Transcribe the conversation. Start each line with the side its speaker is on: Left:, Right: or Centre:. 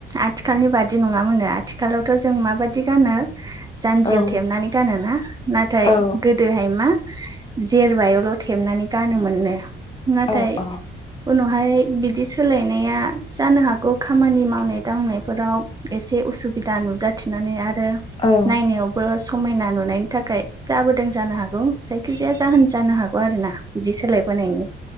Right: आथिखालनि बादि नङामोननो आथिखालावथ' जों माबादि गानो जानजियाव
Left: औ
Right: थेबनानै गानोना नाथाय
Left: औ
Right: गो गोदोहाय मा जेरबायावल' थेबनानै गानोमोननो नाथाय
Left: औ औ
Right: उनावहाय बिदि सोलायनाया जानो हागौ खामानि मावनाय दांनाय फोराव एसे उसुबिदा नुजाथिनानै आरो
Left: औ
Right: नायनायाव बो समायना नुनायनि थाखाय जाबोदों जानो हागौ जायखिजाया जाहोन जानो हागौ आरोना। बिदि सोलायबोनायनि